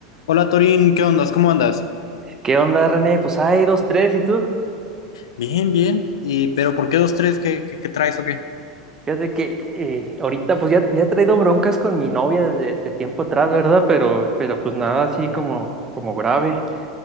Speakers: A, on the left; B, on the right.
A: Hola Torín, ¿qué ondas? ¿Cómo andas?
B: ¿Qué onda, René? Pues hay dos, tres, ¿y tú?
A: Bien, bien. ¿Y pero por qué dos, tres? ¿Qué, qué, qué traes o qué?
B: Fíjate que eh, ahorita pues ya, ya he traído broncas con mi novia desde de tiempo atrás, ¿verdad? Pero, pero pues nada así como, como grave.